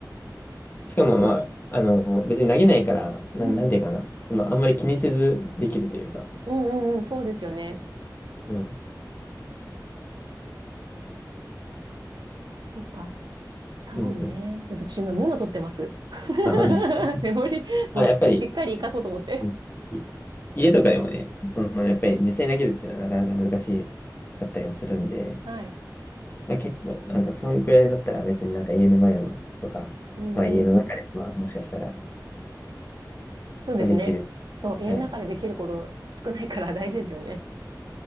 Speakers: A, on the left; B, on the right.
A: しかも、まあ、あの、別に投げないから、な、
B: うん。
A: なんていうかな。その、あんまり気にせずできるというか。
B: うんうんうん、そうですよね。
A: うん。
B: そっか。タオルね。
A: うんうん。
B: ちょっと私今メモ取ってます。<laughs>
A: まあ、本当ですか。<laughs>
B: メモリ、
A: まあ、
B: もうしっかり活かそうと思って。
A: やっぱり、うんい家とかでもね、その、やっぱり実際に投げるっていうのはなかなか難しかったりもするんで、
B: はい。
A: まあ、結構、なんか、そんくらいだったら別になんか家の前のとか、
B: うんうんうん。
A: まあ、家の中で、まあ、もしかしたら、ま
B: そうですね。
A: あ、できる。
B: そう、家の中でできること少ないから
A: はい。
B: <laughs> 大事ですよね。